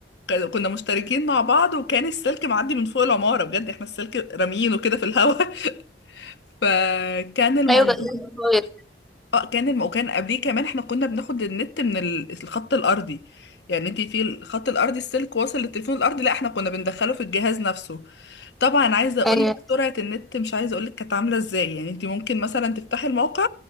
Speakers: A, on the left; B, in the centre.
A: ك- كنا مشتركين مع بعض وكان السلك معدي من فوق العمارة بجد احنا السلك راميينه كده في الهوا <laughs> فكان الموضوع
B: ايوه بس كويس
A: اه كان الم... وكان قبليه كمان احنا كنا بناخد النت من ال- الخط الارضي يعني انت في الخط الارضي السلك واصل للتليفون الارضي لا احنا كنا بندخله في الجهاز نفسه طبعا عايزه اقول
B: ايوه
A: لك سرعه النت مش عايزه اقول لك كانت عامله ازاي يعني انت ممكن مثلا تفتحي الموقع